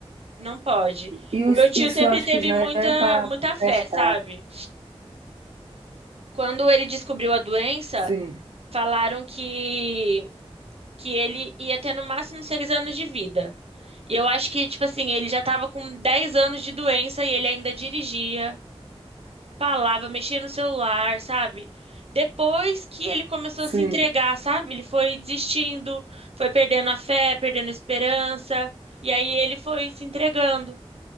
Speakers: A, on the right (about 65°); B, on the right (about 85°).
A: Não pode.
B: E
A: O meu tio
B: isso
A: sempre
B: acho
A: teve
B: que já
A: muita,
B: é para
A: muita fé,
B: testar.
A: sabe? Quando ele descobriu a doença,
B: Sim,
A: falaram que que ele ia ter no máximo seis anos de vida. E eu acho que, tipo assim, ele já tava com 10 anos de doença e ele ainda dirigia, falava, mexia no celular, sabe? Depois que ele começou
B: sim.
A: a se entregar, sabe? Ele foi desistindo, foi perdendo a fé, perdendo a esperança, e aí ele foi se entregando,